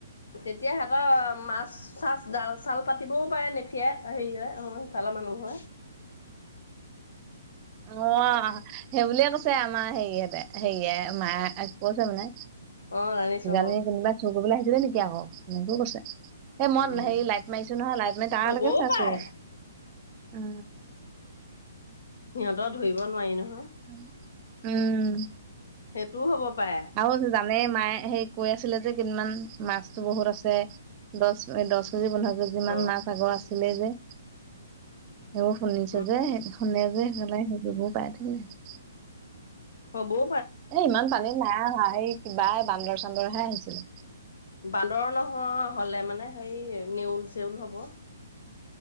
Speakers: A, on the left; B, on the right.
A: তেতিয়া সিহতৰ মাছ, চাছ, ডাল, চাল পাতিবও পাৰে নেফিয়াই হেৰি হয়। ভালা মানুহ হয়
B: অ' সেই বুলিয়ে কৈছে আমাৰ হেৰিতে-হেৰিয়ে মায় কৈছে মানে,
A: অ জানিছো
B: কিজানি
A: অ
B: কোনোবা চুৰ কৰিবলৈ আহ সুধিবি নেকি আকৌ, মানে ভুল কৰছে। এ ময়
A: উম
B: হেৰি লাইট মাৰিছো নহয়, লাইট মাৰি তাৰলৈকে
A: হ'বও
B: চাইছো।
A: পাৰে
B: উম,
A: সিহঁতৰ ধৰিব নোৱাৰি ন
B: উম। উম।
A: সেইটোও হ'ব পাৰে
B: আৰু ধৰি জানে মায়ে, সেই কৈ আছিলে যে কেইদিনমান মাছতো বহুত আছে। দশ এ দশ কেজি-পোন্ধৰো কেজিমান
A: অ
B: মাছ আগৰ আছিলে যে। এয়ো, শুনিছে
A: উ
B: যে। এ শুনে যে জ্বলাই লৈ লব‌ও পাই <unintelligible>
A: হ'ব‌ও।
B: এনে ইমান পানী নাই হোৱা। সেই কিবা বান্দৰ চান্দৰহে আহিছিলে।
A: বান্দৰ নহ হলে মানে সেই নেউল-চেউল হ'ব।